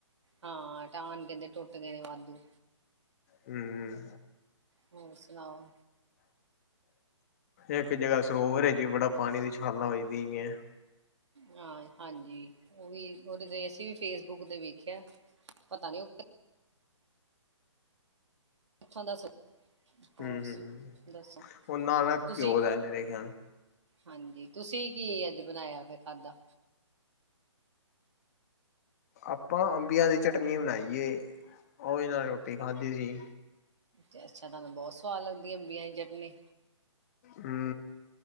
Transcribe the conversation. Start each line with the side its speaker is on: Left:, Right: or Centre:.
Right: ਹਾਂ ਟਾਹਣ ਕਹਿੰਦੇ ਟੁੱਟ ਗਏ ਨੇ ਵਾਧੂ
Left: ਹਮਮ।
Right: ਹੋਰ ਸੁਣਾਓ?
Left: ਇੱਕ ਜਗ੍ਹਾ ਸਰੋਵਰ ਚ ਵੀ ਬੜਾ ਪਾਣੀ ਦੀ ਛਾਲਾ ਵਜਦਿਆ।
Right: ਹਾਂ ਹਾਂਜੀ। ਉਹ ਵੀ ਉਹਦੇ ਅਸੀਂ ਵੀ ਫੇਸਬੁੱਕ ਤੇ ਵੇਖਿਆ। ਪਤਾ ਨੀ ਉਹ ਕਿੱਥੋਂ ਦਾ ਹੋਰ
Left: ਹਮ,
Right: ਦੱਸੋ
Left: ਉਹਨਾਂ ਨਾ
Right: ਤੁਸੀਂ
Left: ਘਓ ਦਾ ਮੇਰੇ ਖਿਆਲ
Right: ਹਾਂਜੀ, ਤੁਸੀਂ ਕੀ ਅੱਜ ਬਣਾਇਆ ਫਿਰ ਖਾਧਾ
Left: ਆਪਾਂ ਅੰਬੀਆਂ ਦੀ ਚਟਨੀ ਬਣਾਈਏ, ਉਹਦੇ ਨਾਲ ਰੋਟੀ ਖਾਧੀ ਸੀ।
Right: ਜੈਸਾ ਤੁਹਾਨੂੰ ਬਹੁਤ ਸਆਦ ਲੱਦੀ ਅੰਬੀਆਂ ਦੀ ਚਟਨੀ?
Left: ਹਮ।